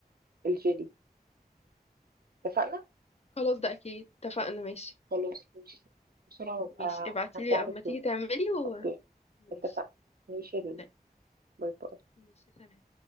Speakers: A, on the right; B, on the left.
A: الجيلي اتفقنا
B: خلاص ده اكيد اتفقنا ماشي
A: خلاص ماشي بسرعه وابقى
B: ماشي ابعتيلي
A: هرجع
B: اما
A: لك
B: تيجي
A: تاني.
B: تعملي و
A: اوكي
B: ماشي
A: اتفقنا ماشي يا لولو
B: طيب.
A: باي باي
B: ماشي سلام